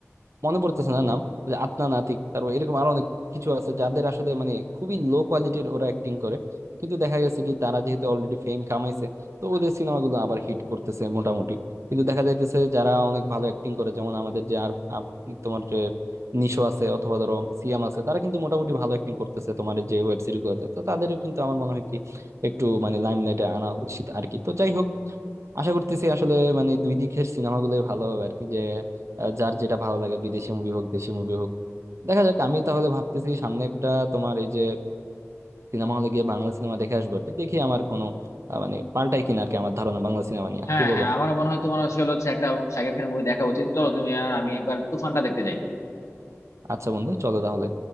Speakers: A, on the right; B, on the left.
A: মনে পড়তেছে না নাম ওই যে আদনান আতিক তারপর এরকম আরো কিছু আছে যাদের আসলে মানে খুবই লো কোয়ালিটির ওরা অ্যাক্টিং করে কিন্তু দেখা গেছে কি তারা যেহেতু অলরেডি ফেম কামাইছে তো ওদের সিনেমাগুলো আবার হিট করতেছে মোটামুটি কিন্তু দেখা যাইতেছে যারা অনেক ভালো অ্যাক্টিং করে যেমন আমাদের যে আর আর তোমার যে নিশো আছে অথবা ধরো সিয়াম আছে তারা কিন্তু মোটামুটি ভালো অ্যাক্টিং করতেছে তোমার এই যে ওয়েব সিরিজ গুলোতে তো তাদের কিন্তু আমার মনে হয় কি একটু মানে লাইমলাইটে আনা উচিত আর কি তো যাই হোক আশা করতেছি আসলে মানে দুই দিকের সিনেমাগুলোই ভালো হবে আর কি যে আহ, যার যেটা ভালো লাগে বিদেশি মুভি হোক দেশি মুভি হোক দেখা যাক আমি তাহলে ভাবতেছি সামনে একটা তোমার এই যে সিনেমা হলে গিয়ে বাংলা সিনেমা দেখে আসবো আর কি দেখি আমার কোনো আহ, মানে পাল্টাই কিনা আর কি আমার ধারণা বাংলা সিনেমা নিয়ে
B: হ্যাঁ
A: কি বলো
B: হ্যাঁ আমারও মনে হয় তোমার আসলে হচ্ছে একটা শাকিব খানের মুভি দেখা উচিত চলো তুমি আর আমি একবার তুফানটা দেখতে যাই
A: আচ্ছা বন্ধু চলো তাহলে